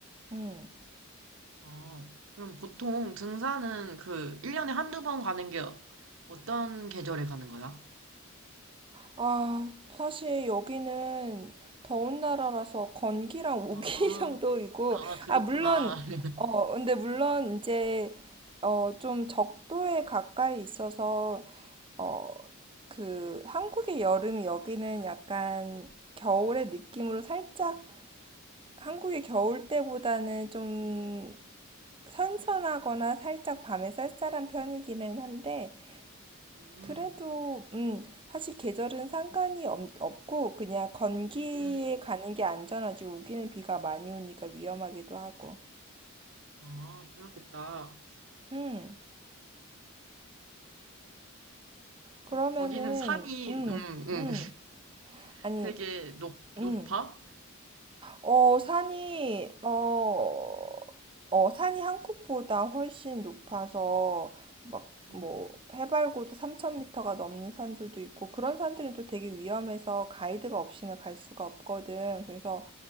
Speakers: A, on the right; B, on the right.
A: 음.
B: 아. 그럼 보통 등산은 그 1년에 한두 번 가는 게 어- 어떤 계절에 가는 거야?
A: 아, 사실 여기는 더운 나라라서 건기랑 우기
B: 아,
A: <laughs> 정도이고,
B: 아, 그렇구나.
A: 아, 물론,
B: <laughs>
A: 어, 근데 물론 이제, 어, 좀 적도에 가까이 있어서, 어, 그, 한국의 여름이 여기는 약간 겨울의 느낌으로 살짝, 한국의 겨울 때보다는 좀 선선하거나 살짝 밤에 쌀쌀한 편이기는 한데,
B: 음,
A: 그래도 음 사실 계절은 상관이 없, 없고 그냥 건기에
B: 음,
A: 가는 게 안전하지 우기는 비가 많이 오니까 위험하기도 하고
B: 아, 그렇겠다.
A: 음 그러면은
B: 어, 거기는 산이,
A: 음
B: 음, 음,
A: 음
B: <laughs>
A: 아니
B: 되게 높,
A: 음,
B: 높아?
A: 어, 산이, 어, 어, 산이 한국보다 훨씬 높아서, 막,
B: 음,
A: 뭐, 해발고도 3,000m가 넘는 산들도 있고, 그런 산들은 또 되게 위험해서 가이드가 없이는 갈 수가 없거든. 그래서